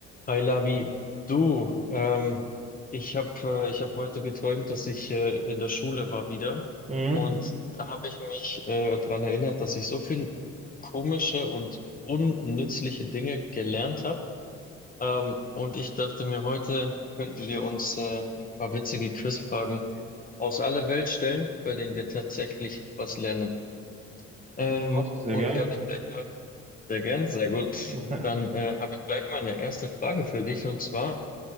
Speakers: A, on the left (about 30°); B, on the right (about 25°).
A: Hi Lavi, du, ähm, ich habe äh, ich hab heute geträumt, dass ich äh, in der Schule war wieder
B: Mhm.
A: und da habe ich mich äh, daran erinnert, dass ich so viel komische und unnützliche Dinge gelernt habe. Ähm, und ich dachte mir, heute könnten wir uns äh, ein paar witzige Quizfragen aus aller Welt stellen, bei denen wir tatsächlich was lernen. Ähm,
B: Auch sehr
A: und
B: gern.
A: hier habe ich gleich mal, sehr gern, sehr gut.
B: <laughs>
A: Dann äh, habe ich gleich mal eine erste Frage für dich und zwar.